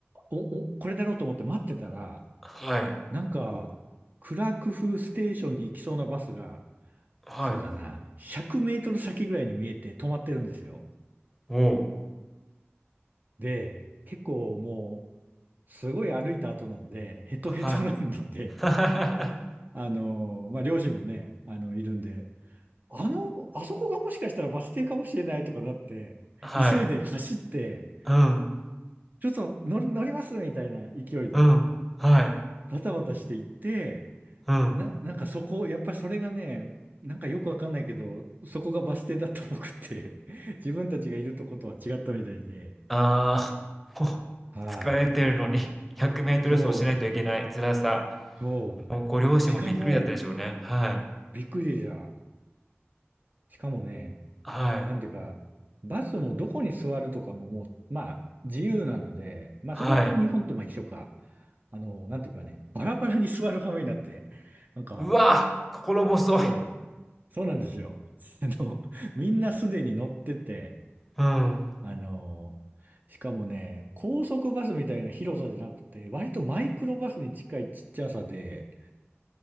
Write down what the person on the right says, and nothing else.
お、お、これだろうと思って待ってたら、
なんか、クラクフステーションに行きそうなバスが、
そうだな、100メートル先ぐらいに見えて止まってるんですよ。
で、結構もう、すごい歩いた後なんで、ヘトヘトなんので、
あのーまあ、両親もね、あの、いるんで、あの、あそこがもしかしたらバス停かもしれないとかなって、
急いで走って、
ちょっと乗り、乗りますみたいな勢いで、
バタバタして行って、
な、なんかそこ、やっぱりそれがね、なんかよくわかんないけど、そこがバス停だったっぽくって、<laughs> 自分たちがいるとことは違ったみたいで、
はい。
そ
う、そう。
しかも、
びっくりじゃ。しかもね、
なんていうか、バスもどこに座るとかももう、まあ、自由なので、まあそこは日本とまあ一緒か。
あの、なんていうかね、バラバラに座る羽目になって、なんか、
そう、そうなんですよ。あの、みんなすでに乗ってて、
あの、しかもね、高速バスみたいな広さじゃなくて、割とマイクロバスに近いちっちゃさで、